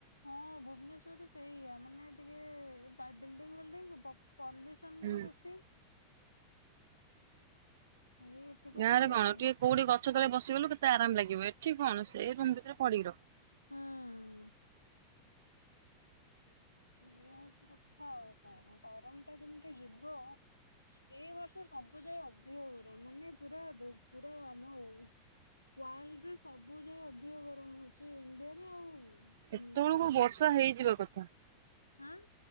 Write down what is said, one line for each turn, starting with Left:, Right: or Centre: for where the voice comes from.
Left: ହଁ ଭୁବନେଶ୍ଵରରେ ସେଇଆ ମାନେ ଟିକେ ବିଲଡିଙ୍ଗ ଫିଲ୍ଡିଙ୍ଗ ପଲ୍ୟୁସନ୍
Right: ହୁଁ
Left: ଟିକେ ବେଶୀ। ଏଇ ଏଥିପାଇଁ
Right: ଗାଁ ରେ
Left: ଇଏ
Right: କଣ
Left: ଆଉ
Right: ଟିକେ
Left: ହୁଁ।
Right: କୋଉଠି ଗଛ ତଳେ ବସ ବସି ଗଲୁ କେତେ ଆରାମ ଲାଗିବ ଏଠି କଣ ସେ ରୁମ ଭିତରେ ପଡିିିବ।
Left: ହୁଁ ଇଏ ହଉଛି କଥା ଆଉ କଣ ଗରମ ଟା କେମିତି ଯିବ ଏଇ ବର୍ଷ ସବୁ ଯାଏ ଅଧିକ ଗରମ ମାନେ ପୁରା ପୁରା ଆମ ଉୟାର୍ଲଡରେ ସବୁ ଯାଏ ଅଧିକ ଗରମ ହଉଛି ଇଣ୍ଡିଆରେ ଆଉ।
Right: ଏତେ
Left: ହୁଁ
Right: ବଳକୁ ବର୍ଷା ହେଇଯିବା କଥା। ଛା
Left: ହଁ